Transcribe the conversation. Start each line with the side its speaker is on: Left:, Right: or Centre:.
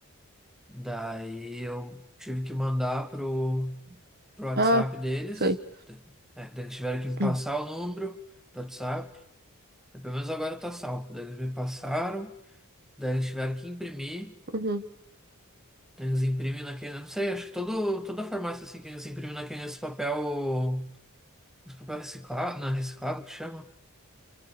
Centre: Daí eu tive que mandar pro, pro WhatsApp
Right: Ah,
Centre: deles.
Right: sei.
Centre: É, daí eles tiveram que me
Right: <clears throat>
Centre: passar o número do WhatsApp. Pelo menos agora tá salvo. Daí eles me passaram, daí eles tiveram que imprimir.
Right: Uhum.
Centre: Daí eles imprimem naquele. Não sei, acho que todo, toda farmácia assim que eles imprimem naquele esse papel. Esse papel reciclado. Não, é reciclado que chama?